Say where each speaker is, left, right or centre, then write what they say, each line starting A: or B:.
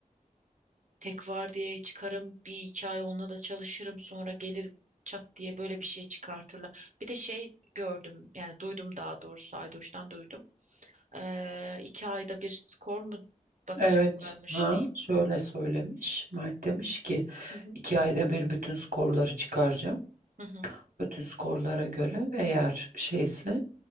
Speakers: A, on the right (about 60°); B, on the right (about 85°).
A: tek vardiyaya çıkarım. Bir iki ay onunla da çalışırım. Sonra gelir çat diye böyle bir şey çıkartırlar. Bir de şey gördüm yani duydum daha doğrusu Aydoş'tan duydum. Ee, iki ayda bir skor mu bakacaklarmış
B: Evet, ha
A: neymiş?
B: şöyle söylemiş. Mert demiş ki
A: Hı hı.
B: iki ayda bir bütün skorları çıkaracağım.
A: Hı hı.
B: Bütün skorlara göre eğer şeyse